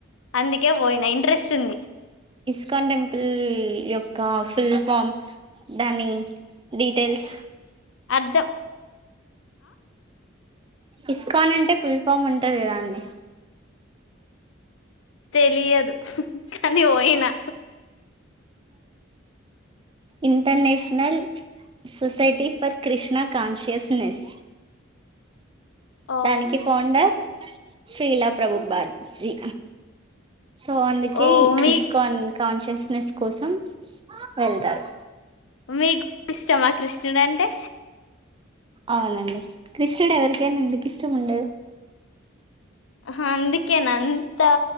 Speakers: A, on the left; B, on the right.
A: అందుకే పోయినా ఇంట్రెస్ట్ ఉంది
B: స్కాన్ టెంపుల్ యొక్క ఫుల్ ఫామ్ దాని డీటెయిల్స్
A: వద్ద్ద
B: ఇస్కాన్ అంటే ఫుల్ ఫమ్ ఉంటుంది కదా అన్ని
A: తెలియదు కానీ పోయినా
B: international society for Krishna consciousness
A: ఓ
B: దానికి ఫోన్డార్ శీలా ప్రభు బాజీ సో అందుకే
A: ఓ మీ
B: ఇస్ కాన్ కాన్షియస్ బిజనెస్ కోసం వెళ్తారు
A: మీకు ఇష్టమా కృష్ణుడు అంటే
B: అవునండి కృష్ణుడు ఎవరికైనా ఎందుకు ఇష్టం ఉండదు
A: ఆ అందుకే నాంతా